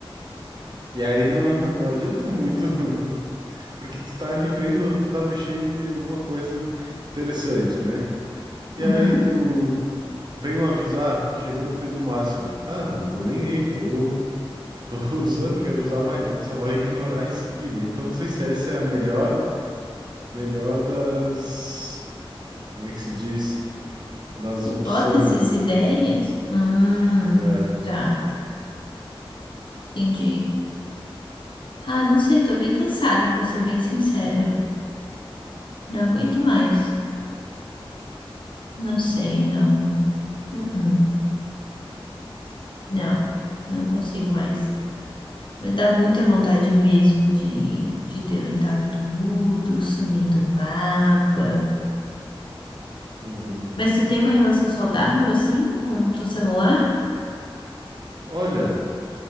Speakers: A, on the right; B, on the left.
A: E aí não, não adianta muito, <laughs> porque tu tá ali vendo, tá mexendo em alguma coisa interessante, né? E
B: Uhum.
A: aí tu vem um aviso, ah, chegou no tempo máximo. Tá, não tô nem aí, tô, tô <laughs> usando, quero usar mais, então tu só vai ignorar e seguir, né? Então não sei se essa é a melhor melhor das como é que se diz, das
B: Hipóteses,
A: opções, entendeu?
B: ideias? Hum,
A: É.
B: tá, entendi. Ah, não sei, tô bem cansada, pra ser bem sincera. Não aguento mais. Não sei, não. Uh-uh. Não, não consigo mais. Mas dá muita vontade mesmo de, de deletar tudo, sumir do mapa.
A: Uhum.
B: Mas tu tem uma relação saudável assim com o teu celular?
A: Olha,